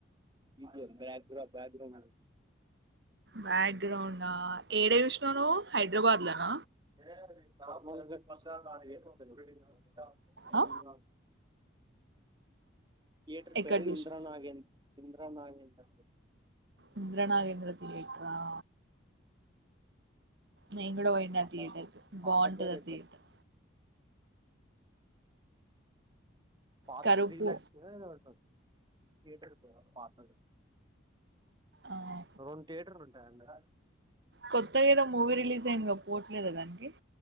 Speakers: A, on the right; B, on the right.
A: ఇది బ్యాగ్ బ్యాక్గ్రౌండ్
B: బ్యాక్గ్రౌండ్ ఏడ చూసినవు నువ్వు హైదరాబాద్ లన
A: <inaudible>
B: ఆ
A: థియేటర్
B: ఎక్కడ
A: పేరు
B: చూసి
A: ఇంద్ర నాగేంద ఇంద్ర నాగేంద్ర
B: ఇంద్రనాగేంద్ర థియేటర్ ఆ నేను కూడా పోయిండ
A: పాత
B: ఆ తీయేటర్కి
A: పాత
B: బాగుంటది
A: పేరు
B: ఆ
A: ఏదో
B: తీయేటర్
A: పాత
B: కరుపు
A: శ్రీ లక్స్ ఏదో ఉంటది థియేటర్ పేరు పాతది
B: ఆహా
A: రెండు థియేటర్లు ఉంటాయండి
B: కొత్తగా ఏదో మూవీ రిలీజ్ అయిందిగా పోవట్లేదా దానికి